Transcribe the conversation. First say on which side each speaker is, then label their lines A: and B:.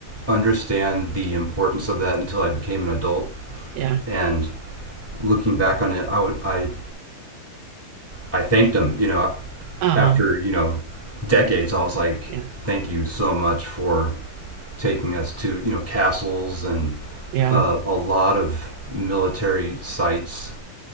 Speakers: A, in the centre; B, on the right.
A: understand the importance of that until I became an adult.
B: Yeah.
A: And looking back on it, I would I I thanked him, you know,
B: Um.
A: after, you know, decades, I was like,
B: Yeah.
A: thank you so much for taking us to, you know, castles and
B: Yeah.
A: uh, a lot of military sites.